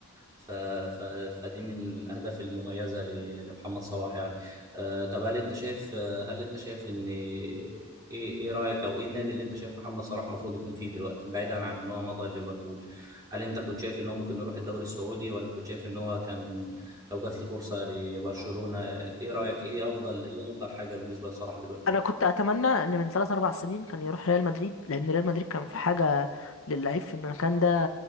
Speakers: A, on the right; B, on the left.
A: ف ف فدي من الاهداف المميزه ل- لمحمد صلاح يعني آه طب هل انت شايف آه، هل انت شايف ان ايه ايه رايك او ايه النادي اللي انت شايف محمد صلاح المفروض يكون فيه دلوقتي بعيدا عن ان هو مضى ليفربول هل انت كنت شايف ان هو ممكن يروح الدوري السعودي ولا كنت شايف ان هو كان لو جات له فرصه لبرشلونه ايه رأيك ايه افضل ايه افضل حاجة بالنسبة لصلاح دلوقتي
B: انا كنت اتمنى ان من 3 4 سنين كان يروح ريال مدريد لان ريال مدريد كان في حاجه للعيب في المكان ده